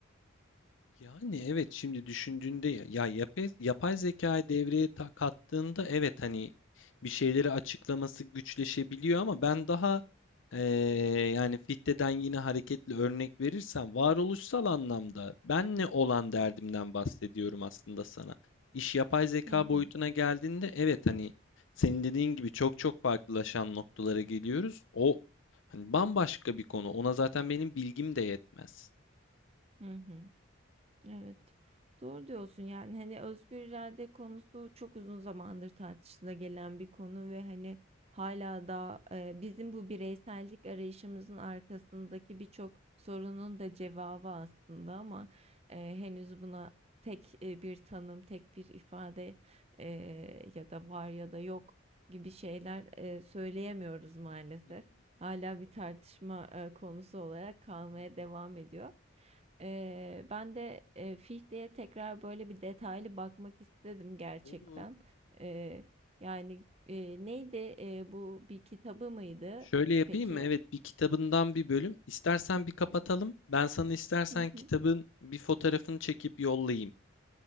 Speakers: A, on the left; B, on the right.
A: Yani evet şimdi düşündüğünde ya, ya yapay, yapay zekayı devreye ta- kattığında evet hani bir şeyleri açıklaması güçleşebiliyor ama ben daha eee, yani Fichte'den yine hareketli örnek verirsem varoluşsal anlamda benle olan derdimden bahsediyorum aslında sana. İş yapay zeka
B: Hı hı.
A: boyutuna geldiğinde evet hani senin dediğin gibi çok çok farklılaşan noktalara geliyoruz. O hani bambaşka bir konu. Ona zaten benim bilgim de yetmez.
B: Hı hı. Evet. Doğru diyorsun yani hani özgür irade konusu çok uzun zamandır tartışıla gelen bir konu ve hani hala da e, bizim bu bireysellik arayışımızın arkasındaki birçok sorunun da cevabı aslında ama e, henüz buna tek e, bir tanım, tek bir ifade e, ya da var ya da yok gibi şeyler e, söyleyemiyoruz maalesef.
A: Hı hı,
B: Hala bir tartışma e, konusu olarak kalmaya
A: hı.
B: devam ediyor. Eee, ben de eee, Fichte'ye tekrar böyle bir detaylı bakmak istedim gerçekten.
A: Olur.
B: Eee, yani eee, neydi eee, bu bir kitabı mıydı
A: Şöyle yapayım
B: peki?
A: mı? Evet, bir kitabından bir bölüm. İstersen bir kapatalım. Ben sana istersen
B: Hı
A: kitabın
B: hı.
A: bir fotoğrafını çekip yollayayım.